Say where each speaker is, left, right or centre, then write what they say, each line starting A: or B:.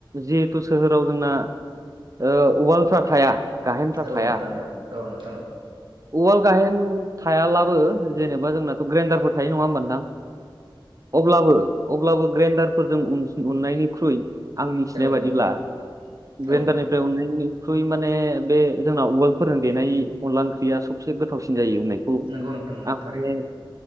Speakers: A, on the right (about 40°); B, on the right (about 65°).
A: जिहेथु सोहोराव जोंना ओ उवालफ्रा थाया गाहेनफ्रा
B: औ
A: थाया।
B: नोंथां औ औ नोंथां औ नोंथां औ
A: उवाल-गाहेन थायालाबो जेनेबा जोंनाथ' ग्राइन्डारफोर थायो। नङा होमबान नोंथां? अब्लाबो अब्लाबो ग्रेन्डारफोरजों उननायनिख्रुइ आं मिथिनाय
B: नंगौ
A: बायदिब्ला
B: नंगौ
A: ग्रेन्डारनिफ्राय
B: औ नोंथां
A: उननायनिख्रुइ माने बे जोंना उवाल फोरजों देनाय अनला ओंख्रिया सबसे गोथावसिन जायो होननायखौ
B: नंगौ नोंथां नंगौ
A: आं माने
B: थारैनो